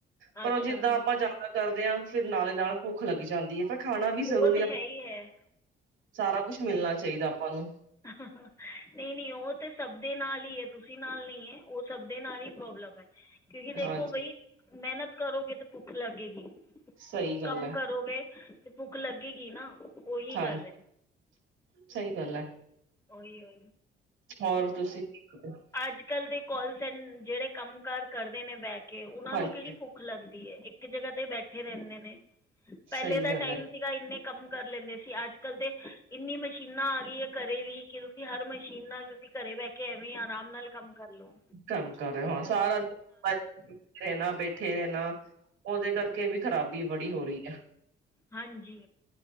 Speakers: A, on the right; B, on the left.
A: ਪਰ
B: ਅੱਛਾ
A: ਉਹ ਜਿੱਦਾਂ ਆਪਾਂ ਜ਼ਿਆਦਾ ਕਰਦੇ ਆ, ਫਿਰ ਨਾਲੇ -ਨਾਲ ਭੁੱਖ ਲੱਗ ਜਾਂਦੀ ਹੈ ਫਿਰ ਖਾਣਾ ਵੀ
B: ਉਹ
A: ਜ਼ਰੂਰੀ
B: ਤਾਂ
A: ਆ,
B: ਹੈ ਹੀ ਹੈ
A: ਸਾਰਾ ਕੁਛ ਮਿਲਣਾ ਚਾਹੀਦਾ ਆਪਾਂ ਨੂੰ।
B: ਨਹੀਂ, ਨਹੀਂ ਉਹ ਤੇ ਸਭ ਦੇ ਨਾਲ ਹੀ ਐ, ਤੁਸੀਂ ਨਾਲ ਨਹੀਂ ਐ, ਉਹ ਸਭ ਦੇ ਨਾਲ ਹੀ ਪ੍ਰੋਬਲਮ ਨੂੰ ਐ। ਕਿਉਂਕਿ ਦੇਖੋ
A: ਹਾਂਜੀ
B: ਬਈ, ਮਿਹਨਤ ਕਰੋਗੇ ਤੇ ਭੁੱਖ ਲੱਗੇਗੀ।
A: ਸਹੀ ਗੱਲ
B: ਕੰਮ
A: ਹੈ
B: ਕਰੋਗੇ ਤੇ ਭੁੱਖ ਲੱਗੇਗੀ ਨਾ। ਉਹੀ
A: ਹਾਂਜੀ,
B: ਗੱਲ ਹੈ
A: ਸਹੀ ਗੱਲ ਐ।
B: ਓਈ, ਓਈ
A: ਹੋਰ ਤੁਸੀਂ ਕੀ ਕਰ ਰਹੇ ਓ?
B: ਅੱਜ, ਕੱਲ ਦੇ ਕੋਲਸ ਸੈਂ ਜੇੜੇ ਕੰਮ ਕਾਰ ਕਰਦੇ ਨੇ ਬੈਹ ਕੇ, ਉਨਾਂ
A: ਹਾਂਜੀ
B: ਨੂੰ ਕੇੜੀ ਭੁੱ ਖ ਲੱਗਦੀ ਐ, ਇੱਕ ਜਗ੍ਹਾ ਤੇ ਬੈਠੇ ਰੈਂਦੇ ਨੇ, ਪੈਲੇ
A: ਸਹੀ
B: ਦਾ
A: ਗੱਲ
B: ਟਾਈਮ
A: ਹੈ।
B: ਸੀ ਇੰਨੇ ਕੰਮ ਕਰ ਲੈਂਦੇ ਸੀ, ਅੱਜ ਕੱਲ ਤੇ ਇੰਨੀ ਮਸ਼ੀਨਾਂ ਆ ਗਈਆਂ ਕਰ ਦੇ ਵੀ ਕਿਉੰਕਿ ਤੁਸੀਂ ਹਰ ਮਸ਼ੀਨ ਨਾਲ ਤੁਸੀਂ ਘਰੇ ਬਹਿ ਕੇ ਐਵੇਂ ਈ ਆਰਾਮ ਨਾਲ ਕੰਮ ਕਰਲੋ।
A: ਕੰਮ ਕਰ ਰਹੇ ਓਂ, ਸਾਰਾ ਦਿਨ ਬੈਠੇ ਰੈਣਾ ਓਦੇ ਕਰਕੇ ਵੀ ਖ਼ਰਾਬੀ ਬੜੀ ਹੋਰੀ ਆ।
B: ਹਾਂਜੀ।